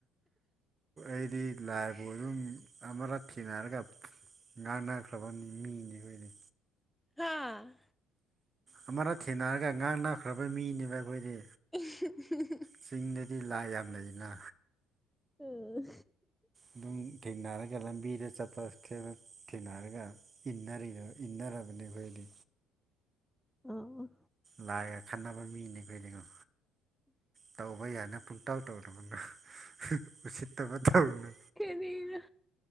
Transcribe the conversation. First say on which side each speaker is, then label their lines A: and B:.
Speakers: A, on the right; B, in the centre.
A: ꯑꯩꯗꯤ ꯂꯥꯏꯕꯨ ꯑꯗꯨꯝ ꯑꯃꯔ ꯊꯦꯡꯅꯔꯒ ꯉꯥꯡꯅꯈ꯭ꯔꯕꯅꯤ ꯃꯤꯅꯤ ꯑꯩꯈꯣꯏꯗꯤ
B: ꯍꯥꯥ
A: ꯑꯃꯅ ꯊꯦꯡꯅꯔꯒ ꯉꯥꯡꯅꯈ꯭ꯔꯕ ꯃꯤꯅꯦꯕ ꯑꯩꯈꯣꯏꯗꯤ
B: ꯎ
A: ꯆꯤꯡꯗꯗꯤ ꯂꯥꯏ ꯌꯥꯝ ꯂꯩꯅ
B: ꯎ
A: ꯑꯗꯨꯝ ꯊꯦꯡꯅꯔꯒ ꯂꯝꯕꯤꯗ ꯆꯠꯄ ꯈꯦꯠꯅ ꯊꯦꯡꯅꯔꯒ ꯏꯟꯟꯅꯔꯤꯔ ꯏꯟꯟꯅꯔꯥꯕꯅꯤꯈꯣꯏꯗꯤ
B: ꯑꯣ
A: ꯂꯥꯛꯑꯒ ꯈꯟꯅꯕ ꯃꯤꯅꯦꯈꯣꯏꯗꯤꯉꯣ ꯇꯧꯕ ꯌꯥꯏꯅ ꯄꯨꯡꯇꯥꯎ ꯇꯧꯔꯨꯅꯨ ꯎꯁꯤꯠꯇꯕ ꯇꯧꯅꯨ
B: ꯀꯔꯤꯅ